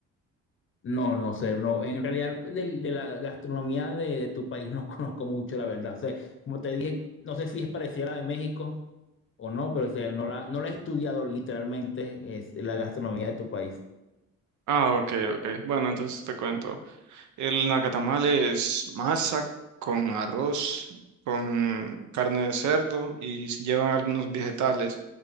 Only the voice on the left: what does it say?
No, no sé, no, en realidad de, de la gastronomía de, de tu país no <laughs> conozco mucho, la verdad. O sea, como te dije, no sé si es parecida a la de México o no, pero o sea, no la, no la he estudiado literalmente, es la gastronomía de tu país.